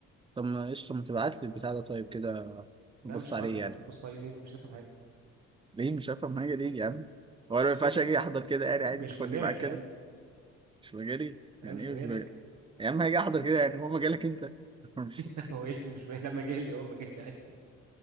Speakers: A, on the right; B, on the right.
A: طب ما قشطه ما تبعت لي البتاع ده طيب كده
B: لا
A: نبص
B: مش
A: عليه
B: هبعت لك
A: يعني
B: انت تبص عليه ليه انت مش هتفهم حاجه
A: ليه مش هفهم حاجة ليه يا عم هو
B: مش
A: أنا ما
B: مجال
A: ينفعش أجي أحضر كده يعني
B: مش
A: عادي خدني
B: مجالك
A: معاك كده
B: يا عم
A: مش مجالي
B: انا
A: يعني
B: مش
A: إيه
B: مجالك
A: مش مجالي يا عم هاجي أحضر كده يعني هو مجالك أنت <laughs> مش
B: <laughs> هو ايه اللي مش مجالي؟ لا مجالي هو مجالي عادي